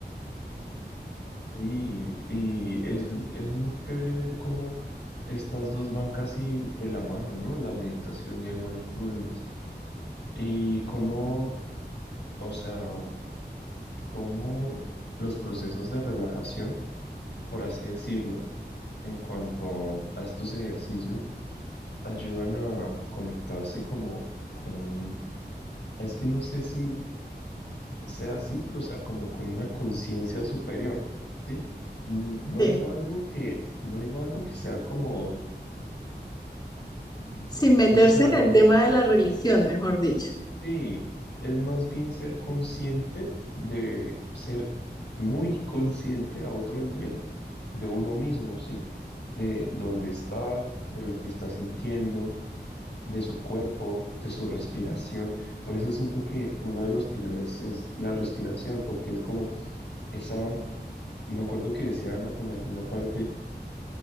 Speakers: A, on the left (about 80°); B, on the left (about 25°).
A: Y, y es, es muy chévere ver cómo estas dos van casi de la mano, ¿no? La meditación y el mindfulness. Y cómo O sea, cómo los procesos de relajación, por así decirlo, en cuanto a estos ejercicios, ayudan a conectarse como con un, es que no sé si sea así, pero o sea, como con una conciencia superior, ¿sí? No, no
B: Sí,
A: digo algo que, no digo algo que sea como, <laughs>
B: sin meterse
A: o sea,
B: en
A: no
B: el tema de la religión, mejor dicho.
A: Sí, es más bien ser consciente de ser muy consciente a otro nivel de uno mismo, ¿sí? De dónde está, de lo que está sintiendo, de su cuerpo, de su respiración. Por eso siento que uno de los pilares es la respiración, porque es como esa, me acuerdo que decía en alguna parte